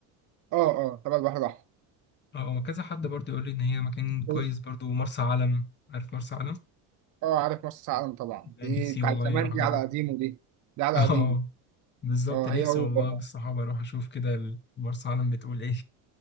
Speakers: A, on the right; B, on the left.
A: اه اه تبع البحر
B: اه هو كذا حد برضو يقول لي ان هي مكان كويس
A: الأحمر
B: برضو مرسى علم عارف مرسى علم
A: اه عارف مرسى علم طبعا
B: لا،
A: دي
B: نفسي
A: بتاع
B: والله
A: زمان
B: اروح اجرب
A: دي على قديمه دي دي على
B: <laughs>
A: قديمه
B: اه بالظبط
A: اه
B: نفسي
A: هي و...
B: والله بالصحابه اروح اشوف كده ال- مرسى علم بتقول ايه